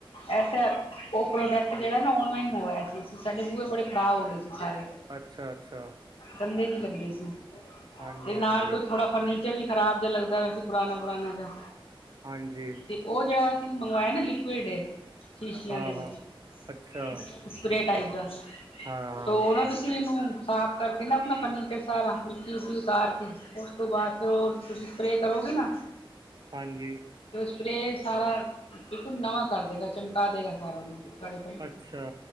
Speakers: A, on the left; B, on the right.
A: ਐਸੇ, ਉਹ ਪ੍ਰੋਡਕਟ ਜਿਹੜਾ ਨਾ ਔਨਲਾਈਨ ਮੰਗਵਾਇਆ ਸੀ। ਸਾਡੇ ਬੂਹੇ ਬੜੇ ਖ਼ਰਾਬ ਹੋ ਗਏ ਸੀ ਸਾਰੇ।
B: ਅੱਛਾ- ਅੱਛਾ
A: ਗੰਦੇ ਜੇ ਲੱਗਦੇ ਸੀ
B: ਹਾਂਜੀ
A: ਤੇ ਨਾਲ
B: ਹਾਂਜੀ
A: ਕੋਈ ਥੋੜਾ ਫਰਨੀ ਵੀ ਖਰਾਬ ਜਿਹਾ ਲੱਗਦਾ ਵੈਸੇ ਪੁਰਾਣਾ- ਪੁਰਾਣਾ ਜਿਹਾ।
B: ਹਾਂਜੀ
A: ਤੇ ਉਹ ਜਿਹੜਾ ਅਸੀਂ ਮੰਗਵਾਇਆ ਨਾ ਲਿਕੁਿਡ ਸ਼ੀਸ਼ਿਆਂ
B: ਹਾਂ
A: ਦੇ ਵਿੱਚ
B: ਹਾਂ ਅੱਛਾ
A: ਸਪਰੇ ਟਾਈਪ ਦਾ।
B: ਹਾਂ ਹਾਂ
A: ਤੋ ਨਾ ਤੁਸੀਂ ਇਹਨੂੰ ਸਾਫ ਕਰਕੇ ਨਾ ਆਪਣਾ ਫਰਨੀਚਰ ਸਾਰਾ ਮਿੱਟੀ ਉਟੀ ਉਤਾਰ ਕੇ। ਉਸ ਤੋਂ ਬਾਅਦ ਫਿਰ ਉਹ ਤੁਸੀਂ ਸਪਰੇਅ ਕਰੋਗੇ ਨਾ।
B: ਹਾਂਜੀ
A: ਸਪਰੇ ਸਾਰਾ ਬਿਲਕੁਲ ਨਵਾਂ ਕਰ ਦੇਗਾ ਚਮਕਾ ਦੇਗਾ ਸਾਰਾ ਉਹਨੂੰ ਕਰ
B: ਅੱਛਾ